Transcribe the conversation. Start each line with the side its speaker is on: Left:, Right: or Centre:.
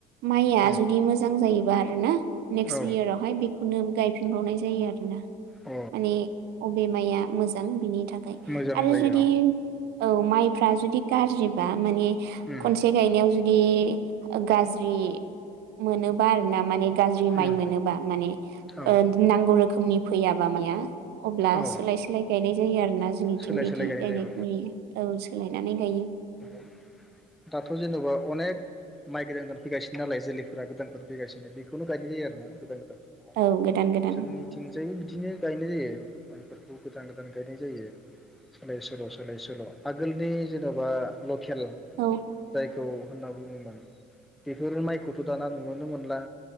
Right: माइया
Centre: उम
Right: जुदि मोजां जायोबा आरो ना नेक्सट
Centre: औ
Right: इयारावहाय बेखौनो गाय फिनबावनाय जायो आरो ना।
Centre: अ
Right: माने अबे माइया मोजां बिनि थाख थाखाय
Centre: मोजां
Right: आरो
Centre: जायो
Right: जुदि
Centre: औ
Right: औ माइ फ्रा जुदि गारज्रि बा माने
Centre: उम
Right: खनसे गायनायाव जु दि ओ गाज्रि मोनोबा आरोना माने गाज्रि
Centre: उम
Right: माइ मोनोबा माने
Centre: औ
Right: ओ नांगौ रोखोमनि फैयाबा माया अब्ला
Centre: औ
Right: सोलाय सोलाय गायनाय जायो आरोना जोंनिथिं
Centre: सोलाय
Right: बिदि
Centre: सोलाय गायनाय
Right: गायनायखौ
Centre: जायो
Right: नुयो औ सोलायनानै गायो
Centre: औ दाथ जेनबा अनेक माइ गोदान गोदान फैगासिनो नालाय जोलैफोरा गोदानफोर फैगासिनो बेखौनो गायनाय जायो आरोना गोदान गोदान
Right: औ गोदान गोदान
Centre: जोंनिथिंजायबो बिदिनो गायनाय जायो माइफोरखौ गोदान गोदान गायनाय जायो सोलाय सोल सोलाय सोल आगोलनि जेनबा ल खेल
Right: औ
Centre: जायखौ होनना बुङोमोन बेफोर माइखौथ दाना नुुनोनो मोनला